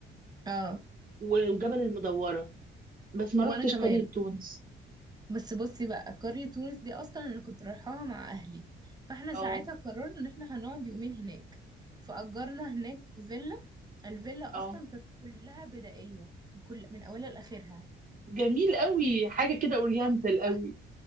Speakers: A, on the right (about 20°); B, on the right (about 45°).
A: اه
B: و- وجبل المدوره بس ما رحتش
A: وانا كمان
B: قريه تونس
A: بس بصي بقى قرية تونس دي أصلا أنا كنت رايحاها مع أهلي فاحنا
B: اه
A: ساعتها قررنا إن احنا هنقعد يومين هناك فأجرنا هناك فيلا الفيلا
B: اه
A: أصلا كانت كلها بدائية كل من أولها لآخرها
B: جميل قوي حاجه كده اورينتال
A: تحفة
B: قوي